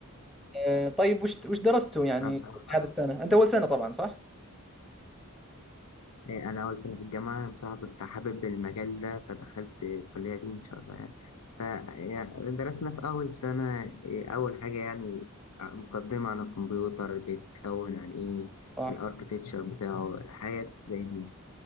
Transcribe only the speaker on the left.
انا بصراحة
إيه، أنا أول سنة في الجامعة بصراحة كنت حابب المجال ده فدخلت الكلية دي إن شاء الله يعني فدرسنا في أول سنة إيه، أول حاجة يعني مقدمة عن الكمبيوتر بيتكون عن إيه
الأركتكتشر بتاعه حاجات زي دي